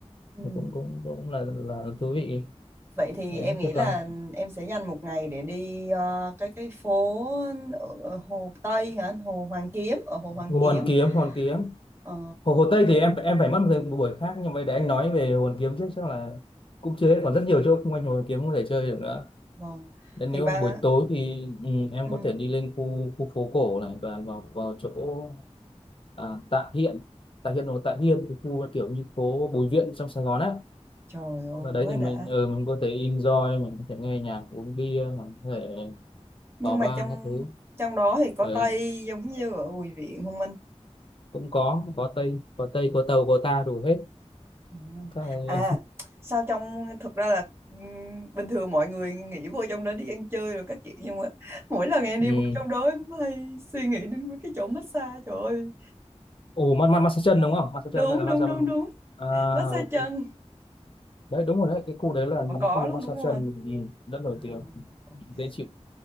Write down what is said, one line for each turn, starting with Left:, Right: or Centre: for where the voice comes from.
Right: Ừm.
Left: thì cũng cũng cũng là là thú vị
Right: Vậy thì
Left: đấy
Right: em nghĩ
Left: thế
Right: là
Left: còn
Right: em sẽ dành một ngày để đi ờ, cái cái phố ở Hồ Tây hả? Hồ Hoàn Kiếm, ở Hồ Hoàn
Left: Hồ
Right: Kiếm.
Left: Hoàn Kiếm Hồ Hoàn Kiếm
Right: Ờ,
Left: Hồ Hồ Tây thì em em phải mất một thời- một buổi khác nhưng mà để anh nói về Hồ Hoàn Kiếm trước chắc là cũng chưa hết còn rất nhiều chỗ xung quanh Hồ Hoàn Kiếm có thể chơi được nữa
Right: vâng.
Left: nên
Right: Thì
Left: nếu
Right: ba
Left: buổi tối thì ừ, em
Right: ừm,
Left: có thể đi lên khu khu phố cổ này và vào vào chỗ à, Tạ Hiện Tạ Hiện hoặc Tạ Hiên cái khu kiểu như phố Bùi Viện trong Sài Gòn á
Right: trời ơi
Left: ở đấy
Right: quá
Left: thì mình
Right: đã.
Left: ừ, mình có thể enjoy mình có thể nghe nhạc uống bia mình có thể
Right: Nhưng
Left: vào bar
Right: mà trong
Left: các thứ
Right: trong đó thì có
Left: ừ,
Right: Tây giống như ở Bùi Viện không anh?
Left: cũng có có tây có tây có tàu có ta đủ hết
Right: À,
Left: các này
Right: à, sao trong thực ra là ừm, bình thường mọi người nghĩ vô trong đó đi ăn chơi rồi các kiểu nhưng mà mỗi lần em
Left: <laughs>
Right: đi
Left: ừ.
Right: vô trong đó em hay suy nghĩ đến mấy cái chỗ massage trời ơi.
Left: ồ mát mát massage chân đúng không massage
Right: Đúng
Left: chân hay là massage
Right: đúng đúng đúng.
Left: à,
Right: massage
Left: ok.
Right: chân
Left: đấy đúng rồi đấy cái khu đấy là
Right: vẫn
Left: cái
Right: có
Left: khu
Right: luôn
Left: massage
Right: đúng không
Left: chân
Right: anh
Left: ừ, rất nổi
Right: wow
Left: tiếng
Right: ok
Left: dễ chịu